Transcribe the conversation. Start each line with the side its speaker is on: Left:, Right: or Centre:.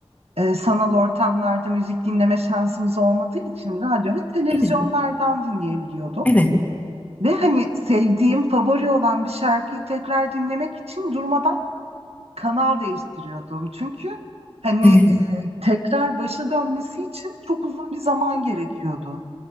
Right: e, sanal ortamlarda müzik dinleme şansımız olmadığı için radyo ve televizyonlardan
Left: Evet.
Right: dinleyebiliyorduk.
Left: Evet,
Right: Ve hani sevdiğim, favori olan bir şarkıyı tekrar dinlemek için durmadan kanal değiştiriyordum. Çünkü hani
Left: evet,
Right: e, tekrar başa dönmesi için çok uzun bir zaman gerekiyordu.